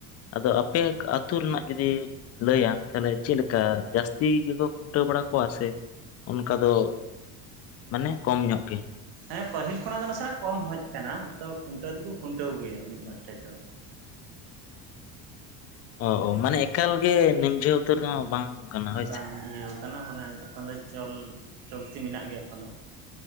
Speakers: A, on the left; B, on the right.
A: ᱟᱫᱚ ᱟᱯᱮ ᱟᱹᱛᱩ ᱨᱮᱱᱟᱜ ᱡᱩᱫᱤ ᱞᱟᱹᱭᱼᱟ ᱛᱟᱦᱞᱮ ᱪᱮᱫ ᱞᱮᱠᱟ ᱡᱟᱹᱥᱛᱤ ᱜᱮᱠᱚ ᱠᱷᱩᱱᱴᱟᱹᱣ ᱵᱟᱲᱟ ᱠᱚᱣᱟ ᱥᱮ ᱚᱱᱠᱟ ᱫᱚ ᱢᱟᱱᱮ ᱠᱚᱢ ᱧᱚᱸᱜ ᱜᱮ
B: ᱦᱮᱸ ᱯᱟᱹᱦᱤᱞ ᱠᱷᱚᱱᱟᱜ ᱫᱚ ᱱᱟ ᱥᱮᱱᱟᱜ ᱦᱮᱸ ᱯᱟᱦᱤᱞ ᱠᱷᱚᱱᱟᱜ ᱫᱚ ᱱᱟᱥᱮᱱᱟᱜ ᱠᱚᱢ ᱦᱮᱡᱽ ᱠᱟᱱᱟ ᱛᱚ ᱠᱷᱩᱱᱴᱟᱹᱣ ᱫᱚᱠᱚ ᱠᱷᱩᱱᱴᱟᱹᱣ ᱠᱚ ᱜᱮᱭᱟ ᱢᱤᱫ ᱵᱟᱨ ᱴᱷᱮᱡ ᱫᱚ
A: ᱚ ᱚ ᱢᱟᱱᱮ ᱮᱠᱟᱞ ᱜᱮ <unintelligible> ᱩᱛᱟᱹᱨ ᱱᱟ ᱵᱟᱝ ᱠᱟᱱᱟ ᱦᱳᱭ
B: ᱵᱟᱝ
A: ᱥᱮ
B: ᱤᱭᱟᱹ ᱠᱟᱱᱟ ᱢᱟᱱᱮ ᱮᱠᱷᱚᱱ ᱫᱚ ᱪᱚᱞ ᱪᱚᱠᱛᱤ ᱢᱮᱱᱟᱜ ᱜᱮᱭᱟ ᱮᱠᱷᱚᱱ ᱚ